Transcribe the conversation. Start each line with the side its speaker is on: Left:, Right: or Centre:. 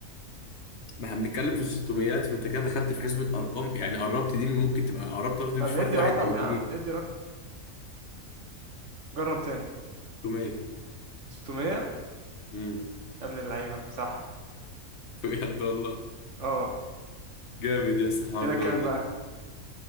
Left: ما احنا بنتكلم في 600 فانت كده دخلت في حسبه ارقام يعني قربت دي ممكن تبقى قربت قصدي
Right: طب
Left: مش فرق
Right: ادي
Left: واحد
Right: رقم
Left: او
Right: يا
Left: اتنين
Right: عم ادي رقم جرب تاني
Left: 600
Right: 600
Left: امم
Right: يا ابن اللعيبة صح
Left: <laughs> بجد والله
Right: اه
Left: جامد يا اسطى الحوار
Right: كده
Left: ده
Right: كام
Left: والله
Right: بقى